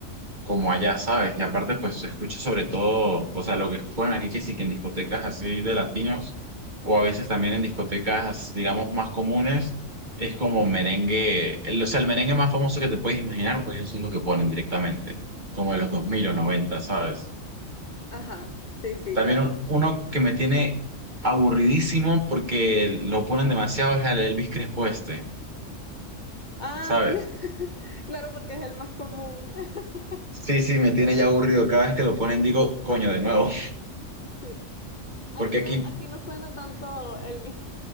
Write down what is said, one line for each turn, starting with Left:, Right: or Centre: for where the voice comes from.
Right: como allá, ¿sabes? Y aparte, pues se escucha sobre todo, o sea, lo que juegan aquí, que sí que en discotecas así de latinos, o a veces también en discotecas, digamos, más comunes, es como merengue, el- o sea, el merengue más famoso que te puedes imaginar, pues eso es lo que ponen directamente, como de los 2000 o noventa ¿sabes?
Left: Ajá, sí, sí,
Right: También
Left: claro.
Right: un- uno que me tiene aburridísimo porque lo ponen demasiado es el Elvis Crespo este,
Left: Ah,
Right: ¿sabes?
Left: <laughs> claro, porque es el más común. <laughs>
Right: Sí, sí, me tiene ya aburrido. Cada vez que lo ponen digo, coño, de nuevo. <laughs>
Left: Sí. Aquí
Right: Porque aquí
Left: no, aquí no suena tanto Elvis,